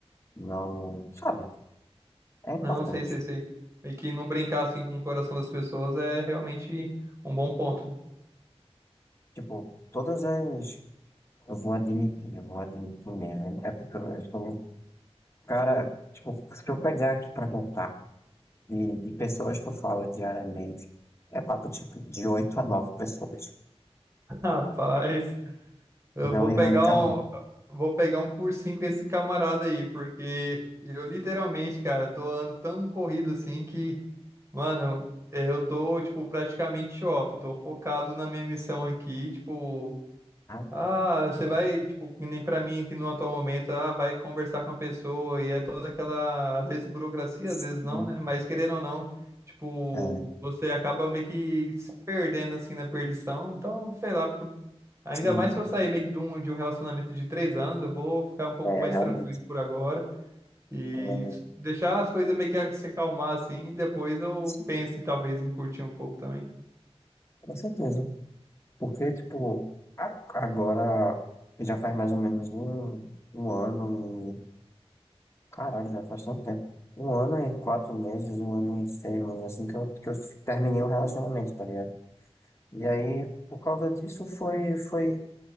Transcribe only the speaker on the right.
Não, sei, sei, sei. E que não brincar assim com o coração das pessoas é realmente um bom ponto.
<laughs> Rapaz, eu
vou
pegar um, vou pegar um cursinho com esse camarada aí, porque eu literalmente, cara, tô ando tão corrido assim que, mano, é, eu tô, tipo, praticamente off, tô focado na minha missão aqui, tipo,
Ah, você vai, tipo, que nem pra mim aqui no atual momento, ah, vai conversar com a pessoa e é toda aquela, às vezes burocracia,
às vezes não, né? Mas querendo ou não, tipo,
você acaba meio que se perdendo assim na perdição. Então, sei lá, por- ainda
mais que eu sair meio que de um, de um relacionamento de três anos, eu vou ficar um pouco
mais
tranquilo por agora e
s- deixar as coisas meio que a- se acalmar assim. e Depois eu
penso em, talvez em curtir um pouco também.